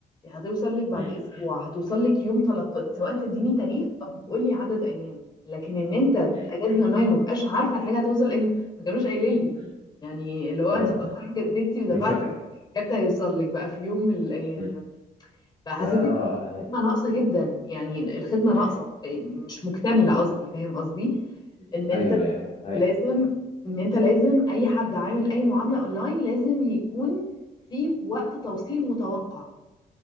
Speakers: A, on the left (about 25°); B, on the left (about 45°).
A: هتوصل لك بعد
B: مم.
A: اسبوع هتوصل لك يوم 13 سواء تديني تاريخ او تقول لي عدد ايام لكن ان انت
B: مم.
A: تجدد اونلاين ومبقاش عارفه الحاجه هتوصل امتى ما كانوش قايلين لي
B: مم.
A: يعني اللي هو انت
B: اه
A: خلاص
B: اه
A: تمام جددتي ودفعتي
B: مفاجأة
A: الكارت هيوصل لك بقى في يوم من الايام
B: امم
A: فحسيت
B: اه آه.
A: ان في خدمه ناقصه جدا يعني الخدمه ناقصه
B: مم.
A: مش مكتمله
B: مم.
A: قصدي فاهم قصدي
B: مم.
A: ان انت
B: ايوه ايوه
A: لازم ان انت لازم اي حد عامل اي معامله اونلاين لازم يكون في وقت توصيل متوقع